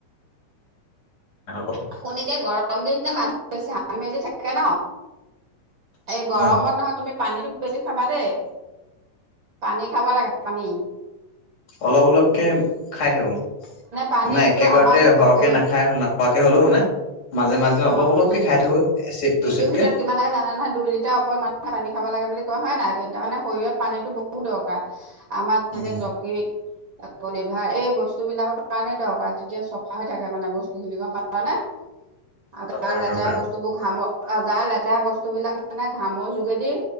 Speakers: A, on the left; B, on the right.
A: এনেকুৱা কথা
B: <unintelligible> এতিয়া গৰম দিন যে মানুহ বেছি হাম মেলি থাকে ন। এই গৰমত
A: অ
B: নহয় তুমি পানীত বেছি খাবা দেই। পানী খাব লাগে পানী।
A: অলপ অলপকে
B: উম,
A: খাই থাকো।
B: পানীটো
A: মানে একেবাৰতে
B: আমাৰ ঘ
A: সৰহকে
B: হৈ
A: নাখাই নাখোৱাকে হ'লো মানে মাজে মাজে অলপ
B: অ',
A: অলপকে
B: অ', দিন
A: খাই থাকো। এচিপ দুচিপকে
B: দিনটোৰ ভিতৰত কিমান লাগে জানে নহয় দুই লিটাৰ ওপৰত মানুহে পানী খাব লাগে বুলি কয় হয় নাই তাৰমানানে শৰীৰত পানীতো বহুত দৰকাৰ আমাৰ যেনেকে
A: উম
B: যকৃত লিভাৰ এই বস্তু বিলাকৰ কাৰণে দৰকাৰ তেতিয়া চফা হৈ থাকে মানে বস্তুখিনি গম পালা নে?
A: <unintelligible>
B: আৰু গা লেতেৰা
A: দৰকাৰ
B: বস্তুবোৰ ঘামত অ', গা লেতেৰা বস্তু বিলাক মানে ঘামৰ যোগেদি